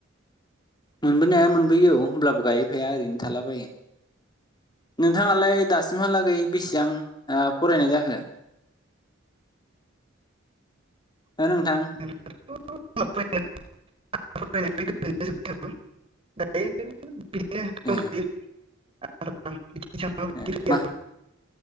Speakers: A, on the left (about 20°); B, on the right (about 30°).
A: मोनबोनाया मोनबोयो औ होमब्लाबो गायहैफाया ओरैनो थालाबायो। नोंथाङालाय दासिमहालागै बेसेबां ओ फरायनाय जाखो?
B: <inaudible>
A: हो नोंथां?
B: <inaudible> <unintelligible> <unintelligible> <unintelligible>
A: ए ए मा